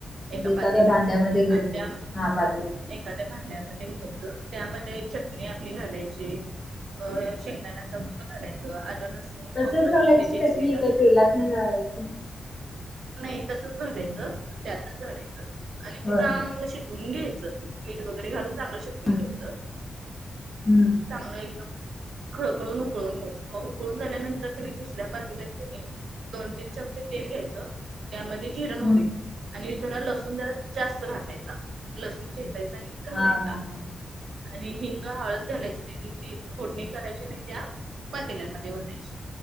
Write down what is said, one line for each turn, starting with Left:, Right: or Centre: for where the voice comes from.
Left: म्हणजे
Right: एका
Left: एखाद्या
Right: पातील
Left: भांड्यामध्ये
Right: आणि
Left: घेतलं
Right: त्या
Left: तर हा पातेल्यात
Right: <inaudible> एखाद्या भांड्यामध्ये घ्यायचं. ज त्यामध्ये चटणी आपली. हे घालायचं शेंगदाणच कुट घालायच अल्ल लसूण.
Left: तसच
Right: खोबरं
Left: घालायची
Right: ते चेचलेलं
Left: चटणी काही तेलात घालायची.
Right: नाही तसच घालायचं त्यातच घालायचं आणि तिचं
Left: होय
Right: चांगलं शिजवून घ्यायचं. मीठ वगैरे घालून चांगलं शिजवून.
Left: हा
Right: घ्यायचं
Left: हम्म,
Right: चांगलं एकदम. खळकळून उकळून घ्यायचं मग उकळून झाल्यानंतर कणी दुसऱ्या पातीलात कणीय. दोन तीन चमचे तेल घ्यायचं. त्यामध्ये जिर मोरी
Left: हम्म
Right: आणि जरा लसून जरा जास्त घालायचं लसूण खेचायचा आणि. घालायचा
Left: हा हा
Right: आणि
Left: हा
Right: हिंग हळद घालायची फोडणी करायची आणि त्या पटेल्यामध्ये वतायचे